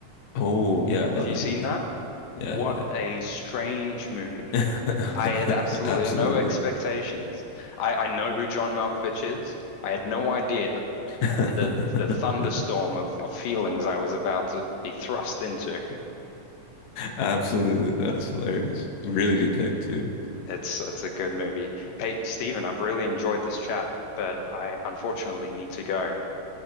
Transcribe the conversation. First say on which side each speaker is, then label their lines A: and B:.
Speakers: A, on the left; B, on the left.
A: Oh, yeah, I love
B: Have you
A: that
B: seen
A: movie.
B: that?
A: Yeah,
B: What a strange movie.
A: yeah.
B: I had absolutely
A: <laughs>
B: no
A: Absolutely.
B: expectations. I, I know who John Malkovich is. I had no idea
A: <laughs>
B: the the thunderstorm of, of feelings I was about to be thrust into. <laughs>
A: Absolutely. That's hilarious. Really good pick too.
B: It's it's a good movie. Hey, Stephen, I've really enjoyed this chat, but I unfortunately need to go.